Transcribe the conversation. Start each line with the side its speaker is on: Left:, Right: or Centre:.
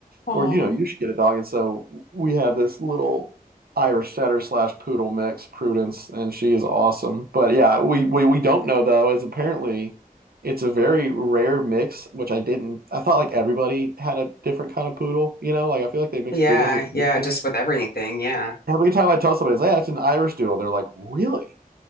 Left: Aw.
Right: or you know, you should get a dog. And so we have this little Irish setter slash poodle mix, Prudence, and she is awesome. But yeah, we we we don't know though, is apparently it's a very rare mix, which I didn't. I thought like everybody had a different kind of poodle. You know, like I feel like they mix
Left: Yeah,
Right: poodles with
Left: yeah,
Right: everything.
Left: just with everything, yeah.
Right: Every time I tell somebody, it's, like, hey, it's an Irish doodle, they're like, really?